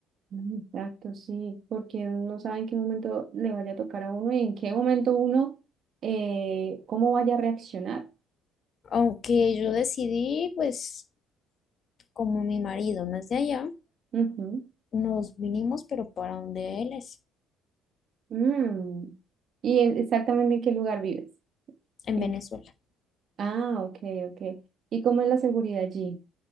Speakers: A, on the right; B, on the left.
A: Mm, Exacto, sí, porque uno no sabe en qué momento le vaya a tocar a uno y en qué momento uno, eh, cómo vaya a reaccionar.
B: Aunque yo decidí, pues como mi marido no es de allá,
A: Ujú.
B: nos vinimos pero para donde él es,
A: Mm. ¿Y en- exactamente en qué lugar vives?
B: en
A: ¿En
B: Venezuela.
A: qué- Ah, ok, ok. ¿Y cómo es la seguridad allí?